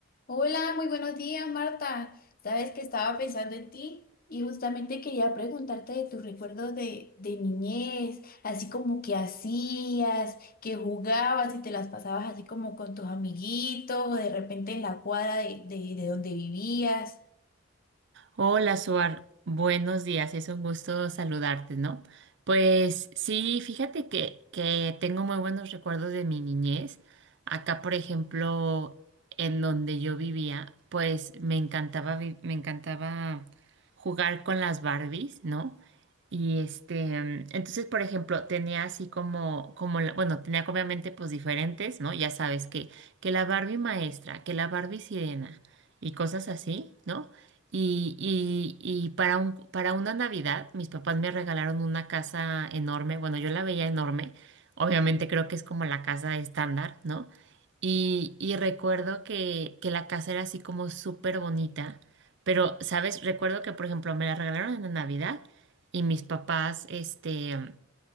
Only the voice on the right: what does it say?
Hola, Suar. Buenos días. Es un gusto saludarte, ¿no? Pues sí, fíjate que, que tengo muy buenos recuerdos de mi niñez. Acá, por ejemplo, en donde yo vivía, pues me encantaba, vi- me encantaba jugar con las Barbies, ¿no? Y este, mm, entonces, por ejemplo, tenía así como, como, la- bueno, tenía obviamente pues diferentes, ¿no? Ya sabes que, que la Barbie maestra, que la Barbie sirena y cosas así, ¿no? Y, y, y para un, para una Navidad, mis papás me regalaron una casa enorme. Bueno, yo la veía enorme. Obviamente creo que es como la casa estándar, ¿no? Y, y recuerdo que, que la casa era así como súper bonita. Pero, ¿sabes? Recuerdo que, por ejemplo, me la regalaron en la Navidad y mis papás, este,